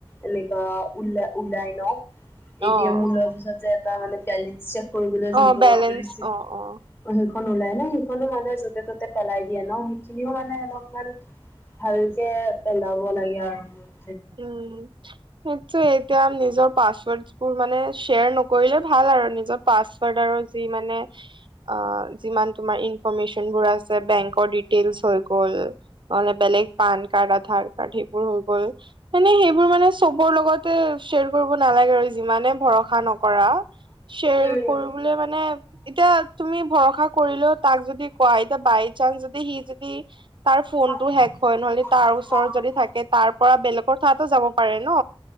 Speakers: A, on the left (about 25°); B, on the right (about 55°).
A: এনেকা ওল ওলাই লওঁ, এটি
B: অ
A: এম উলোৱাৰ পিছত যে তাৰমানে বেলেঞ্চ চেক কৰিবলৈ
B: অ
A: যোনটো
B: বেলেঞ্চ
A: ৰিচিপ্ট
B: অ অ
A: সেইখন ওলাই নে সেইখনো মানে য'তে ত'তে পেলাই দিয়ে ন' সেইখিনিও মানে অলপমান ভালকে পেলাব লাগে আৰামত।
B: উম, সেইটোৱে এতিয়া নিজৰ পাছৱৰ্ড বোৰ মানে শ্বেয়াৰ নকৰিলে ভাল আৰু নিজক পাছৱৰ্ড আৰু যি মানে আ, যিমান তোমাৰ ইনফৰ্মেচনবোৰ আছে বেংকৰ ডিটেইলছ হৈ গ'ল নহলে বেলেগ পান কাৰ্ড, আধাৰ কাৰ্ড সেইবোৰ হৈ গ'ল। এনেই সেইবোৰ মানে চবৰ লগতে শ্বেয়াৰ কৰিব নালাগে আৰু যিমানে ভৰসা নকৰা। শ্বেয়াৰ
A: উম।
B: কৰিবলৈ
A: উম
B: মানে এতিয়া তুমি ভৰসা কৰিলেও তাক যদি কোৱা এতিয়া বাই চান্স যদি সি যদি তাৰ ফোনটো
A: অ
B: হেক হয়, নহলে তাৰ
A: সেইটো।
B: ওচৰত যদি থাকে তাৰ পৰা বেলেগ কথাতো যাব পাৰে ন'